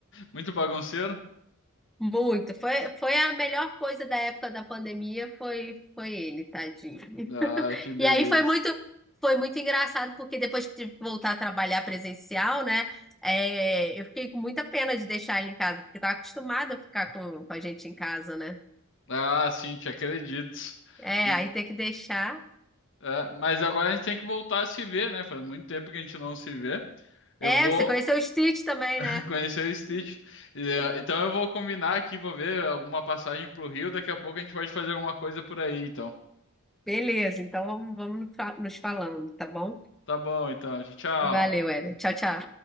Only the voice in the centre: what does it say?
Muito. Foi, foi a melhor coisa da época da pandemia, foi foi ele, tadinho.
E aí foi muito foi muito engraçado porque depois que tive que voltar a trabalhar presencial, né? é, eu fiquei com muita pena de deixar ele em casa, porque estava acostumada a ficar com, com a gente em casa, né?
É,
aí ter que deixar.
É,
você conheceu o Stitch também,
né?
Beleza, então vamos, vamos nos fa- nos falando, tá bom?
Valeu, Éder. Tchau, tchau.